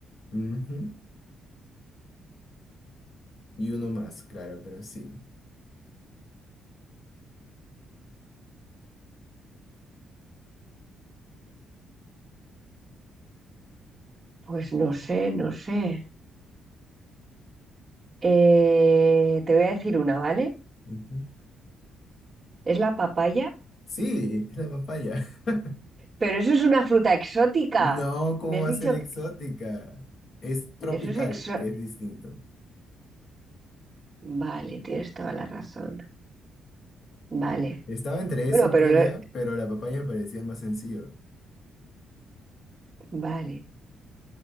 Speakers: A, on the left (about 50°); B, on the right (about 30°).
A: Ujú. Y uno más, claro, pero sí.
B: Pues no sé, no sé. Eh, te voy a decir una, ¿vale?
A: Ujú.
B: Es la papaya
A: Sí, es la papaya. <laughs>
B: Pero eso es una fruta exótica.
A: No, ¿cómo
B: Me has
A: va
B: dicho
A: a ser exótica?
B: que
A: Es tropical,
B: eso es exo...
A: que es distinto.
B: Vale, tienes toda la razón. Vale.
A: Estaba entre
B: Bueno,
A: eso,
B: pero...
A: piña,
B: lo-
A: pero la papaya me parecía más sencillo,
B: Vale,